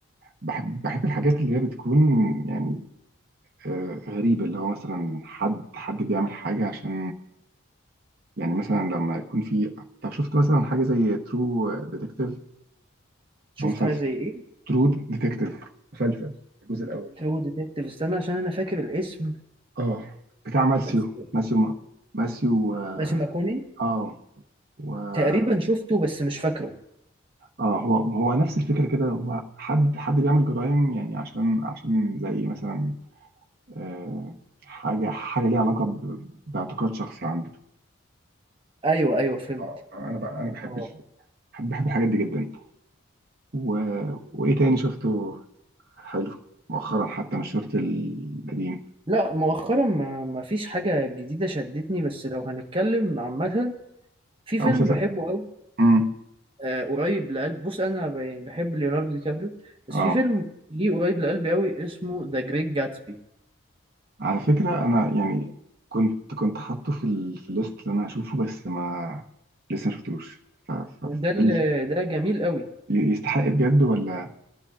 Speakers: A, on the right; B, on the right.
A: بحب بحب الحاجات اللي هي بتكون يعني آه، غريبة اللي هو مثلا حد حد بيعمل حاجة عشان يعني مثلا لما يكون في طب شفت مثلا حاجة زي ترو ديتكتيف
B: شفت
A: أو مسلسل
B: حاجة زي ايه
A: ترو ديتكتيف مسلسل الجزء الأول
B: ترو ديتكتيف استنى عشان انا فاكر الاسم
A: اه بتاع ماسيو
B: بس
A: ماسيو ماسيو اه
B: ماشي ماكوني
A: آه، وهودي
B: تقريبا شفته بس مش فاكره
A: اه هو هو نفس الفكره كده هو حد حد بيعمل جرائم يعني عشان عشان زي مثلا آه حاجه حاجه ليها علاقه ب- باعتقاد شخصي عنده
B: ايوه ايوه فهمت
A: اه انا بقى انا بحب
B: اه
A: ال- بحب بحب الحاجات دي جدا و... وايه تاني شفته حلو مؤخرا حتى مش شرط القديم
B: لا مؤخرا ما ما فيش حاجة جديدة شدتني بس لو هنتكلم عامة في فيلم
A: او مسلسل
B: بحبه أوي
A: امم
B: آه قريب لقلب بص أنا ب- يعني بحب ليوناردو دي كابريو بس
A: اه
B: في فيلم ليه قريب لقلبي أوي اسمه ذا جريت جاتسبي
A: على فكرة أنا يعني كنت كنت حاطه في ال... في الليست اللي أنا هشوفه بس ما لسه ما شفتوش ف... ف...
B: وده ال-
A: هل
B: ده جميل أوي
A: ي- يستحق بجد ولا